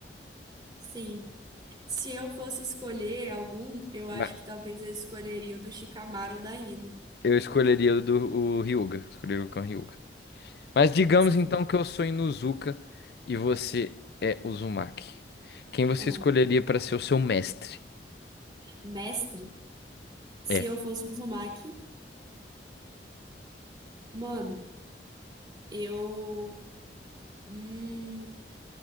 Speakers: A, on the right (about 25°); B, on the left (about 60°).
A: Sim. Se eu fosse escolher algum, eu acho
B: Mas
A: que talvez eu escolheria o do Shikamaru ou da Ino.
B: eu escolheria o do o Ryuga. Escolheria o Cão Ryuga. Mas digamos
A: Sim.
B: então que eu sou Inuzuka e você é Uzumaki. Quem você
A: Aham.
B: escolheria para ser o seu mestre?
A: Mestre, se
B: É.
A: eu fosse um Uzumaki, mano, eu. Hum...